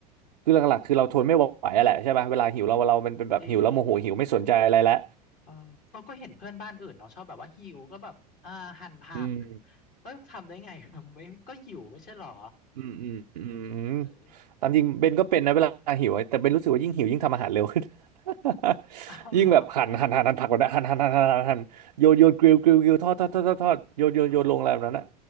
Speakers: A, on the right; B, on the left.
A: คือหลักๆคือเราทนไม่ไหวอะแหละใช่ป่ะเวลาหิวเราเรามันเป็นแบบหิวแล้วโมโหหิวไม่สนใจอะไรแล้ว
B: จริงเออเออก็เห็นเพื่อนบ้านอื่นเนาะชอบแบบว่าหิวก็แบบ อ่าหั่นผัก
A: อืม
B: เอ้ยทำได้ไง <laughs> ไม่ก็หิวไม่ใช่เหรอ
A: อืมอืมอืมอืม
B: เออ
A: ตามจริงเบนก็เป็นนะเวลาหิวแต่เบนรู้สึกว่ายิ่งหิวยิ่งทำอาหารเร็วขึ้น <laughs>
B: เอาเหรอ
A: ยิ่งแบบหั่นหั่นหั่นหั่นผักแบบนั้นหั่นหั่นหั่นหั่นหั่นหั่นโยนโยนกริลกริลกริลทอดทอดทอดทอดทอดโยนโยนโยนลงอะไรแบบนั้นอ่ะ
B: อ๋อ